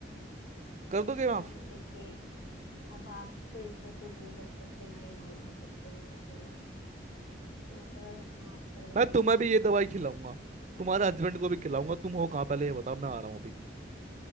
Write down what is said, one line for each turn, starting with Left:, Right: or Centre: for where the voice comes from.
Right: कर दोगे माफ
Left: सर देखिए अब आप तो इसमें कुछ नहीं कर सकते ना ही हम कर सकते हैं तो आपको अगर माफ कर देंगे
Right: मैं तुम्हें
Left: तो
Right: भी ये दवाई खिलाऊंगा तुम्हारे हस्बैंड को भी खिलाऊंगा तुम हो कहाँ पहले ये बताओ मैं आ रहा हूँ अभी